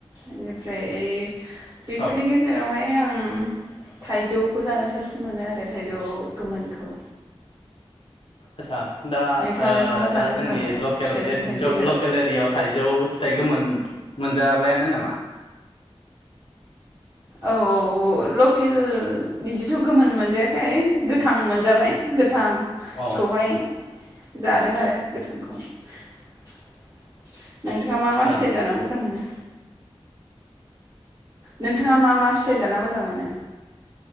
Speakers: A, on the right; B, on the left.
A: इनि फ्राय बेफोरनि
B: औ
A: गेजेरावहाय आं थाइजौखौ जानो साबसिन मोनो आरो थायजौ गोमोनखौ।
B: आदसा दा
A: नोंथाङालाय
B: ओ
A: मा मा जानो
B: दा
A: मोजां
B: जोंनि
A: मोनो
B: लकेल
A: फिथाइ सामथाइनि
B: ओ ज
A: गेजेराव
B: लकेल एरियायाव थाइजौ फिथाइ गोमोन मोनजाबायानो नामा?
A: औ लकेल बिदिथ' गोमोन मोनजायाखै गोथां मोनजाबाय गोथ थांखौहाय
B: औ
A: जादों आरो गोथांखौ। नोंथाङा
B: आदसा
A: मा मा फिथाइ जानो मोजां मोनो। नोंथाङा मा मा फिथाइ जाना मोजां मोनो?